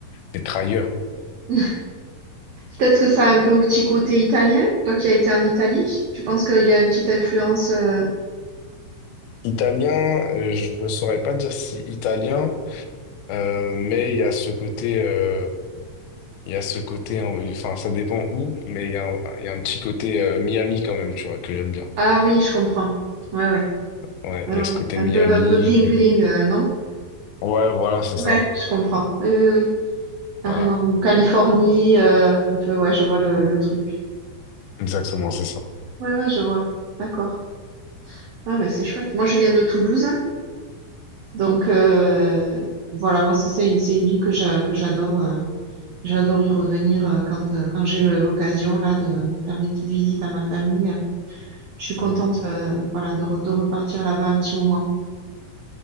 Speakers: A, on the left (about 80°); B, on the right (about 85°).
A: d'être ailleurs.
B: <laughs> Peut-être que ça a un peu petit côté italien. Toi qui as été en Italie, tu penses qu'il y a une petite influence euh,
A: Italien, euh, je ne saurais pas dire si italien, euh, mais il y a ce côté. euh, Il y a ce côté, hein, oui, enfin, ça dépend où, mais il y a un, il y a un petit côté euh, Miami quand même, tu vois, que j'aime bien.
B: Ah oui, je comprends. Ouais, ouais,
A: Ouais,
B: ouais,
A: il
B: ouais.
A: y a ce côté
B: Un
A: Miami
B: peu, un peu bling
A: que...
B: bling, euh, non?
A: Ouais, voilà, c'est
B: Ouais,
A: ça.
B: je comprends. Oui, oui, oui, carrément.
A: Voilà,
B: Ou Californie, euh, un peu, ouais, je vois le, le truc.
A: exactement, c'est ça.
B: Ouais, ouais, je vois. D'accord. Ah, mais c'est chouette. Moi, je viens de Toulouse, donc euh, voilà, moi, c'est c'est une, c'est une ville que j'a- que j'adore. euh, j'adore y revenir euh, quand, euh, quand j'ai le- l'occasion là de, de faire des petites visites à ma famille. Je suis contente,
A: Mhm.
B: euh, voilà, de, re- de repartir là-bas un petit moment.